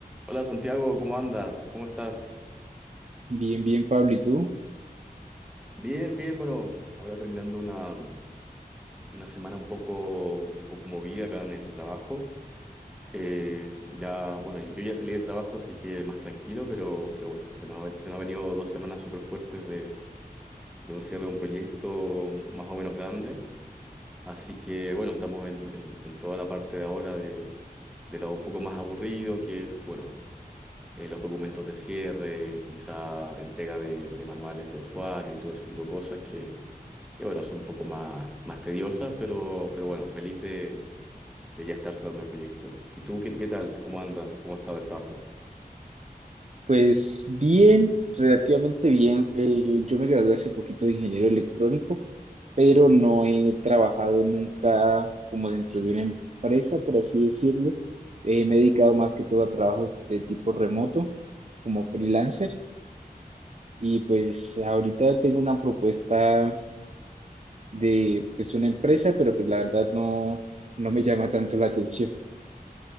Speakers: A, in the centre; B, on the right.
A: Hola Santiago, ¿cómo andas? ¿Cómo estás?
B: Bien, bien, Pablo. ¿Y tú?
A: Bien, bien, bueno, ahora terminando una, una semana un poco, un poco movida acá en el trabajo. Eh, ya, bueno, yo ya salí del trabajo, así que más tranquilo, pero, pero bueno, se nos, ha- se nos han venido dos semanas súper fuertes de, de un cierre de un proyecto más o menos grande. Así que bueno, estamos en, en- en toda la parte de ahora de, de lo un poco más aburrido, que es, bueno, eh, los documentos de cierre, quizá entrega de, de manuales de usuario y todo ese tipo de cosas que, que, bueno, son un poco más, más tediosas, pero, pero bueno, feliz de, de ya estar cerrando el proyecto. ¿Y tú qué, qué tal? ¿Cómo andas? ¿Cómo ha estado el trabajo?
B: Pues bien, relativamente bien. Eh, yo me gradué hace poquito de ingeniero electrónico, pero no he trabajado nunca como dentro de una empresa, por así decirlo. Eh, me he dedicado más que todo a trabajos de tipo remoto, como freelancer. Y pues ahorita tengo una propuesta de pues una empresa, pero pues la verdad no, no me llama tanto la atención.